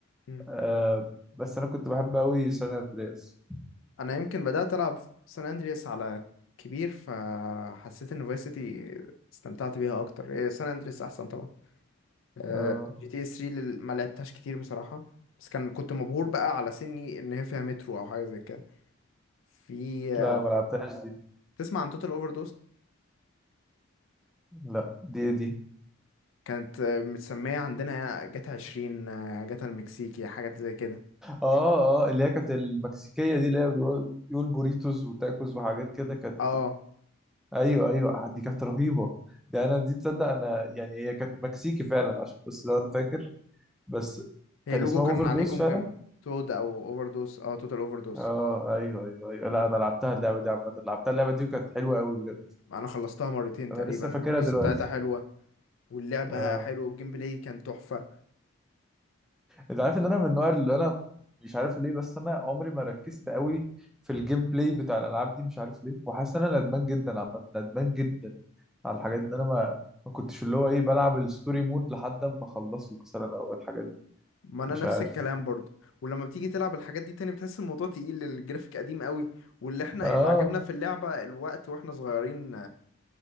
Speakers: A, on the left; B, in the centre.
A: مم.
B: آه بس انا كنت بحب قوي سان اندرياس
A: أنا يمكن بدأت ألعب سان أندرياس على كبير فحسيت إن فايس سيتي استمتعت بيها أكتر إيه سان أندرياس أحسن طبعا أه
B: اه
A: جي تي اس 3 لل- ما لعبتهاش كتير بصراحة بس كان كنت مبهور بقى على سني إن هي فيها مترو أو حاجة زي كده في آه،
B: لا ما لعبتهاش دي
A: تسمع عن توتال أوفر
B: لا دي دي
A: كانت آه، متسمية عندنا جاتا عشرين آه، جاتا المكسيكي حاجات زي كده
B: اه اه اللي هي كانت المكسيكيه دي اللي هي بيقول بيقول بوريتوس وتاكوز وحاجات كده كانت
A: اه
B: ايوه ايوه دي كانت رهيبه ده انا دي تصدق انا يعني هي كانت مكسيكي فعلا عشان بس لو انا فاكر بس
A: هي
B: كان
A: اللوجو
B: اسمها
A: كان
B: اوفر
A: عليه
B: دوز
A: جمجمة
B: فعلا
A: تود او اوفر دوس اه توتال اوفر دوس
B: اه ايوه ايوه ايوه لا انا لعبتها اللعبه دي عامه لعبتها اللعبه دي وكانت حلوه قوي بجد
A: انا خلصتها مرتين
B: انا
A: تقريبا
B: لسه فاكرها
A: القصة
B: دلوقتي
A: بتاعتها حلوة واللعبة
B: اه
A: حلوة والجيم بلاي كان تحفة
B: انت عارف ان انا من النوع اللي انا مش عارف ليه بس انا عمري ما ركزت قوي في الجيم بلاي بتاع الالعاب دي مش عارف ليه وحاسس ان انا ندمان جدا عامه ندمان جدا على الحاجات دي انا ما ما كنتش اللي هو ايه بلعب الستوري مود لحد ما اخلصه مثلا او الحاجات دي
A: ما انا
B: مش
A: نفس
B: عارف
A: الكلام برضو ولما بتيجي تلعب الحاجات دي تاني بتحس الموضوع تقيل الجرافيك قديم قوي واللي احنا
B: اه
A: اللي عجبنا في اللعبة الوقت واحنا صغيرين